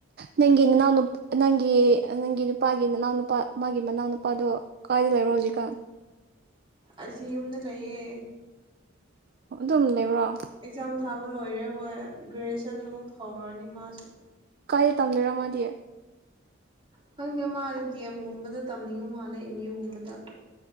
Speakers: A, on the right (about 50°); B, on the right (about 25°).
A: ꯅꯪꯒꯤ ꯅꯅꯥꯎꯅ ꯅꯪꯒꯤ ꯅꯪꯒꯤ ꯅꯨꯄꯥꯒꯤ ꯅꯅꯥꯎ ꯅꯨꯄꯥ ꯃꯥꯒꯤ ꯃꯅꯥꯎ ꯅꯨꯄꯥꯗꯣ ꯀꯥꯏꯗ ꯂꯩꯕ꯭ꯔꯣꯖꯤ
B: ꯎꯝ
A: ꯀꯥꯟ
B: ꯑꯁꯤ ꯌꯨꯝꯗ ꯂꯩꯌꯦ
A: ꯑꯗꯨꯝ ꯂꯩꯕ꯭ꯔꯣ
B: ꯑꯦꯛꯖꯥꯝ ꯊꯥꯕ ꯂꯣꯏꯔꯦ ꯍꯣꯏ ꯒ꯭ꯔꯦꯖꯨꯦꯁꯟ ꯑꯃꯨꯛ ꯍꯧꯔꯅꯤ ꯃꯥꯁꯨ
A: ꯀꯥꯏ ꯇꯝꯗꯔ ꯑꯃꯗꯤꯌꯦ
B: ꯈꯪꯗꯦ ꯃꯥꯗꯤ ꯗꯤ ꯑꯦꯝꯒꯨꯝꯕꯗ ꯇꯝꯅꯤꯡꯕꯨ ꯃꯥꯜꯂꯦ ꯑꯦꯝ ꯌꯨꯒꯨꯝꯕꯗ